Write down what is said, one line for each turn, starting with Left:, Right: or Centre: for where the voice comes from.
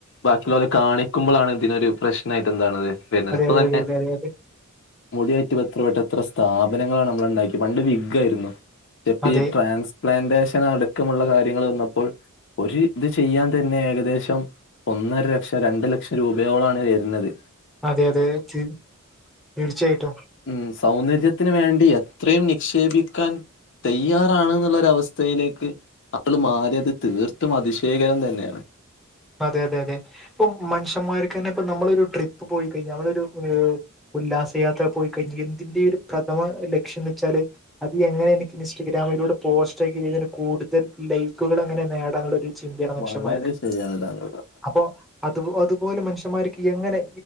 Left: ബാക്കി ള്ളോലെ കാണിക്കുമ്പളാണ് ഇതിനൊരു പ്രശ്നായിട്ട് എന്താണത് വരുന്നത് ഇപ്പൊ
Centre: അതെ
Left: തന്നെ
Centre: അതെ അതെ അതെ
Left: മുടിയായിട്ട് എത്ര പട്ട എത്ര സ്ഥാപനങ്ങളാണ് നമ്മൾ ഉണ്ടാക്കി പണ്ട് വിഗ് ആയിരുന്നു ചപ്പ
Centre: അതെ
Left: ഈ
Centre: അതെ
Left: ട്രാൻസ് പ്ലാന്റേഷൻ അടുക്കമുള്ള കാര്യങ്ങൾ വന്നപ്പോൾ ഒരു ഇത് ചെയ്യാൻ തന്നെ ഏകദേശം ഒന്നര ലക്ഷം രണ്ടു ലക്ഷം രൂപയോളാണ് വര്നത്
Centre: അതെ അതെ തീർച്ചയായിട്ടും
Left: ഉം സൗന്ദര്യത്തിന് വേണ്ടി എത്രയും നിക്ഷേപിക്കാൻ തയ്യാറാണ് എന്നുള്ളൊരു അവസ്ഥയിലേക്ക് അപ്പൾ മാറിയത് തീർത്തും അതിശയകരം തന്നെയാണ്
Centre: അതെ അതെ അതെ ഇപ്പൊ മനുഷ്യന്മാർക്ക് തന്നെ ഇപ്പ നമ്മളൊരു ഒരു ട്രിപ്പ് പോയി കഴിഞ്ഞാൽ അവളരു ഉല്ലാസയാത്ര പോയി കഴിഞ്ഞ എന്തിന്റെ ഒരു പ്രഥമ ലക്ഷ്യം എന്ന് വെച്ചാല് അത് എങ്ങനെ എനിക്ക് ഇൻസ്റ്റാഗ്രാമിലൂടെ പോസ്റ്റ് ആക്കി ചെയ്ത് കൂടുതൽ ലൈക്കുകൾ എങ്ങനെ നേടാനുള്ള ഒരു ചിന്തയാണ് മനുഷ്യന്മാർക്ക്‌
Left: വളരെ ശരിയാണ് താങ്കൾ പറഞ്ഞ
Centre: അപ്പോ അത് അതുപോലെ മനുഷ്യമാർക്ക് എങ്ങനെ